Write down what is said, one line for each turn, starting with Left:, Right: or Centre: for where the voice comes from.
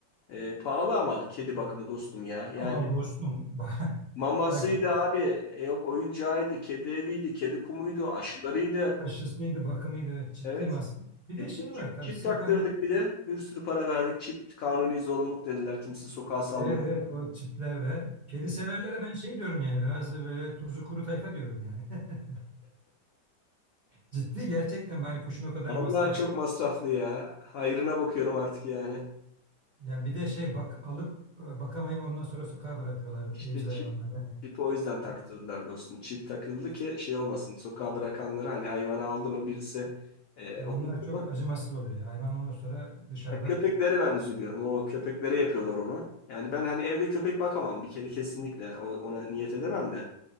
Left: e, pahalı ama kedi bakımı dostum ya. Yani
Right: Aa dostum <laughs> bak,
Left: mamasıydı
Right: bak şimdi,
Left: abi. E, yok oyuncağıydı, kedi eviydi, kedi kumuydu, aşılarıydı.
Right: aşısıydı bakımıydı evet ciddiyim
Left: Evet.
Right: aslında. Bir de
Left: E, bir
Right: şey
Left: çip,
Right: var tabii
Left: çip
Right: sırf
Left: taktırdık
Right: hani
Left: bir de. Bir sürü para verdik. Çip kanuni zorunluluk dediler. Kimse sokağa salma.
Right: evet evet o çiplerde kedi severlere ben şey diyorum yani biraz böyle tuzu kuru tayfa diyorum yani. <laughs> Ciddi gerçekten hani kuşun o kadar
Left: Vallahi
Right: masrafı
Left: çok
Right: yok.
Left: masraflı ya. Hayrına bakıyorum artık yani.
Right: Yani bir de şey bak alıp e, bakamayıp ondan sonra sokağa bırakıyorlar
Left: İşte
Right: evcil hayvanlar.
Left: çip,
Right: Yani,
Left: çipi o yüzden taktırdılar
Right: o-
Left: dostum. Çip takıldı ki şey olmasın. Sokağa bırakanları hani hayvanı aldı mı birisi e,
Right: yani
Left: oturdu
Right: onlar çok
Left: mu?
Right: acımasız oluyor ya. Hayvan ondan sonra dışarıda.
Left: Ya köpeklere ben üzülüyorum. O köpeklere yapıyorlar onu. Yani ben hani evde köpek bakamam bir kere kesinlikle. O- Ona niyet edemem de.